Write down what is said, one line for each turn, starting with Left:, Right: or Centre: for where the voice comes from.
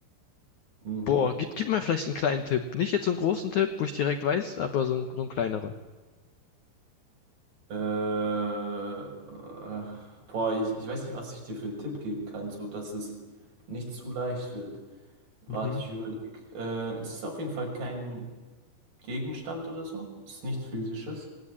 Right: Mhm.
Left: Boah, gib, gib mir vielleicht einen kleinen Tipp. Nicht jetzt so einen großen Tipp, wo ich direkt weiß, aber so ein, so ein kleineren.
Right: Äh, äh, boah, ich, ich weiß nicht, was ich dir für einen Tipp geben kann, so dass es nicht zu leicht wird. Warte,
Left: Mhm.
Right: ich überlege. Äh, es ist auf jeden Fall kein Gegenstand oder so. Es ist nichts Physisches.